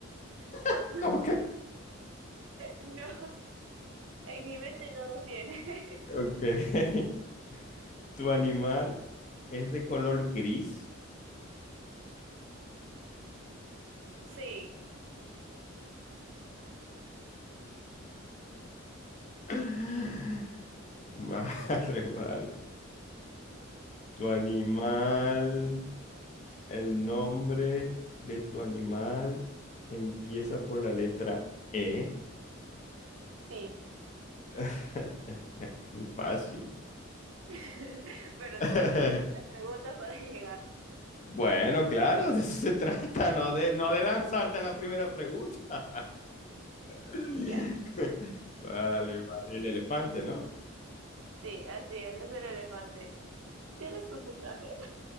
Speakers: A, on the right; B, on the left.
A: <laughs>
B: <laughs>
A: No,
B: ¿Cómo que?
A: no. En mi mente no lo tiene. <laughs>
B: Ok. <laughs> Tu animal es de color gris.
A: Sí,
B: <laughs> Vale, vale. Tu animal, el nombre de tu animal empieza por la letra E.
A: sí.
B: <laughs> Muy fácil.
A: <laughs> Pero
B: <laughs>
A: tuviste muchas preguntas para <laughs> llegar.
B: Bueno, claro, de eso se trata, no de, no de lanzarte a la primera pregunta. <laughs>
A: Ya.
B: Vale, vale, el elefante, ¿no?
A: Sí, así es, es el elefante. ¿Tienes tu puntaje?